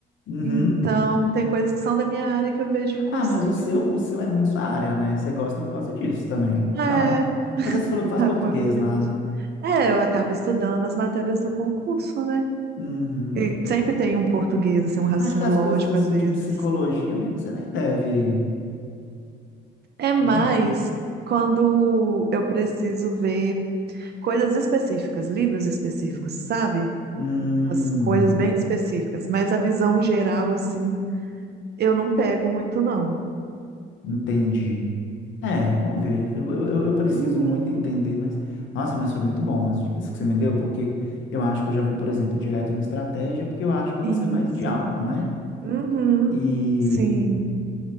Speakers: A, on the left; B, on the right.
A: Uhum.
B: Então, tem coisas que são da minha área que eu vejo em cursinho.
A: Ah, mas o seu, o seu é muito sua área, né? Você gosta por causa disso também.
B: É,
A: Não. Mas você falou
B: <laughs>
A: que faz
B: provavelmente.
A: português lá, né?
B: É, eu acabo estudando as matérias do concurso, né?
A: Uhum.
B: E sempre tem um português, assim, um raciocínio
A: Acho que as
B: lógico
A: coisas assim
B: às vezes.
A: de psicologia mesmo, você nem deve,
B: É mais
A: né?
B: quando eu preciso ver coisas específicas, livros específicos, sabe?
A: Hum,
B: Umas coisas bem específicas, mas a visão geral, assim, eu não pego muito, não.
A: entendi. É, vamos ver. Eu, eu, eu eu preciso
B: Uhum.
A: muito entender, mas. Nossa, mas foi muito bom as dicas que você me deu, porque eu acho que eu já vou, por exemplo, direto no estratégia, porque eu acho que eu
B: Isso.
A: vou ser mais de aula, né?
B: Uhum.
A: E
B: Sim.